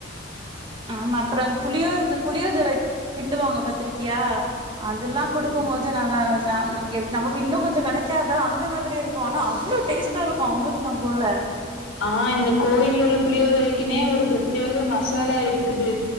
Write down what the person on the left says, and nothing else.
ம்
ஆ இந்த கோயில்லுல்ல புளியோத ரைக்குனே ஒரு பிரத்யோக மசாலா இருக்குது